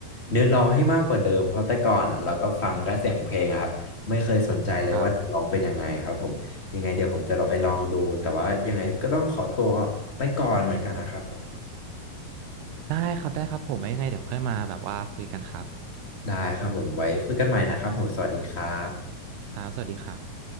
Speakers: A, on the left (about 25°); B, on the right (about 85°).
A: เนื้อร้องให้มากกว่าเดิมเพราะแต่ก่อนอ่ะเราก็ฟังก็เสียงเพลงอะครับไม่เคยสนใจเลยว่าจะร้องเป็นยังไงครับผมยังไงเดี๋ยวผมจะลองไปลองดูแต่ว่ายังไงก็ต้องขอตัว
B: ครับ
A: ไปก่อนเหมือนกันนะครับผม
B: ได้ครับได้ครับผมไว้ยังไงเดี๋ยวค่อยมาแบบว่าคุยกันครับ
A: ได้ครับผมไว้คุยกันใหม่นะครับผมสวัสดีครับ
B: ครับสวัสดีครับ